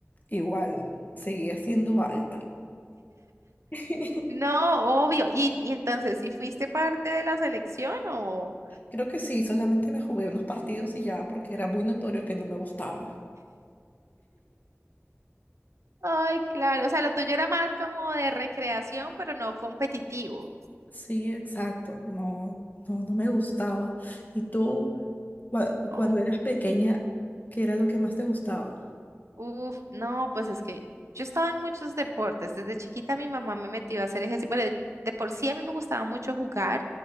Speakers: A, on the left; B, on the right.
A: igual seguía siendo alta. <laughs>
B: no, obvio. Y, y entonces, ¿si fuiste parte de la selección o...?
A: Creo que sí, solamente me jugué unos partidos y ya porque era muy notorio que no me gustaba.
B: Ay, claro, o sea, lo tuyo era más como de recreación, pero no competitivo.
A: Sí, exacto. No, no, no me gustaba. ¿Y tú, cua-
B: Oh.
A: cuando eras pequeña, qué era lo que más te gustaba?
B: Uf, no, pues es que yo estaba en muchos deportes. Desde chiquita mi mamá me metió a hacer ejercicio. Bueno, de de por sí a mí me gustaba mucho jugar.